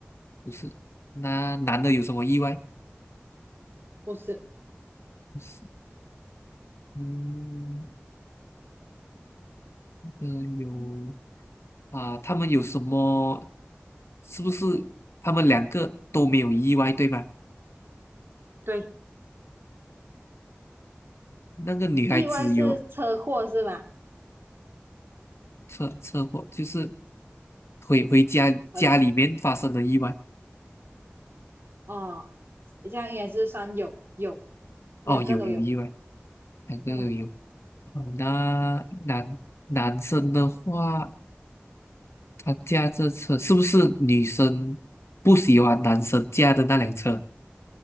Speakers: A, on the left; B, on the right.
A: 不是，那男的有什么意外？
B: 不是，
A: 不是，嗯，呃有啊，他们有什么？是不是他们两个都没有意外，对吗？
B: 对，
A: 那个女孩子有
B: 意外是车祸是吗？
A: 车车祸，就是回回家家里面发生的意外。
B: 呃，哦，这样应该是算有有，两个都有。
A: 哦，有有意外，那个有有。
B: 嗯，
A: 哦，那男男生的话，他驾这车是不是女生不喜欢男生驾的那辆车？